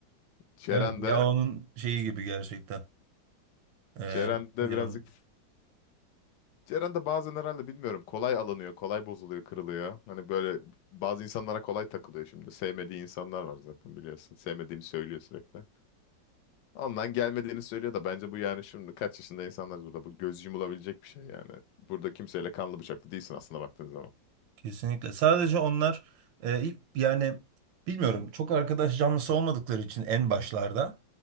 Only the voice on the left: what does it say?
Ceren
de
Ceren de
birazcık Ceren de bazen herhalde bilmiyorum kolay alınıyor, kolay bozuluyor, kırılıyor. Hani böyle bazı insanlara kolay takılıyor şimdi. Sevmediği insanlar var zaten biliyorsun. Sevmediğini söylüyor sürekli. Ondan gelmediğini söylüyor da bence bu yani şimdi kaç yaşında insanlar burada bu göz yumulabilecek bir şey yani. Burada kimseyle kanlı bıçaklı değilsin aslında baktığın zaman.